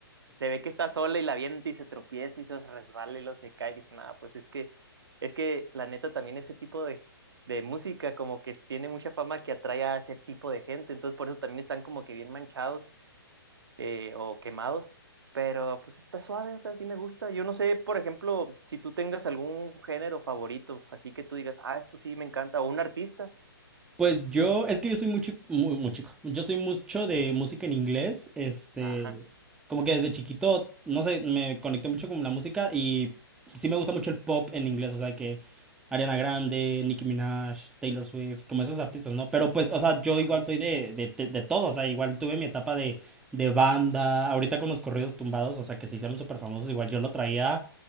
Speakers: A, on the right (about 75°); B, in the centre.
A: se ve que está sola y la avienta y se tropieza y se resbala y lo se cae. Y dije, nada, pues es que, es que la neta también ese tipo de, de música como que tiene mucha fama que atrae a ese tipo de gente. Entonces por eso también están como que bien manchados eh, o quemados. Pero pues está suave, o sea, sí me gusta. Yo no sé, por ejemplo, si tú tengas algún género favorito, así que tú digas, ah, esto sí me encanta, o un artista.
B: Pues yo, es que yo soy muy, chi- muy, muy chico, yo soy mucho de música en inglés, este,
A: Ajá.
B: como que desde chiquito, no sé, me conecté mucho con la música y sí me gusta mucho el pop en inglés, o sea, que Ariana Grande, Nicki Minaj, Taylor Swift, como esos artistas, ¿no? Pero pues, o sea, yo
A: Ah,
B: igual
A: ok.
B: soy de, de, de, de todo, o sea, igual tuve mi etapa de, de banda, ahorita con los corridos tumbados, o sea, que se hicieron súper famosos, igual yo lo traía,